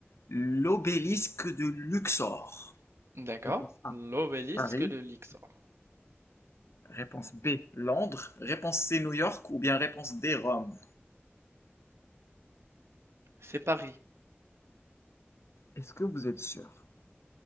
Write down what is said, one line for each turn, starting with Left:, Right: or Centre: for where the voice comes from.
Left: l'obélisque de Luxor?
Right: D'accord.
Left: Réponse A,
Right: L'obélisque
Left: Paris.
Right: de Luxor.
Left: Réponse B, Londres. Réponse C, New York. Ou bien réponse D, Rome.
Right: C'est Paris.
Left: Est-ce que vous êtes sûr?